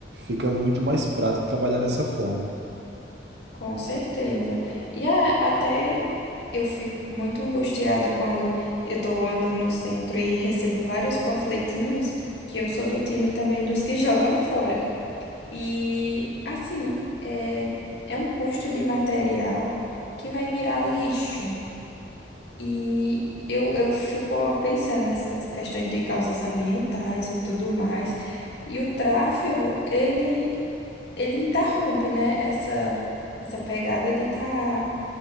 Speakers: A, on the right; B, on the left.
A: fica muito mais prático trabalhar dessa forma.
B: Com certeza. E a- até eu fico muito angustiada quando eu estou andando no centro e recebo vários panfletinhos, que eu sou do time também dos que <laughs> jogam fora. E assim, é, é um custo de material que vai virar lixo. E eu, eu fico pensando nessas questões de causas ambientais e tudo mais. E o tráfego, ele, ele interrompe, né, essa, essa pegada de estar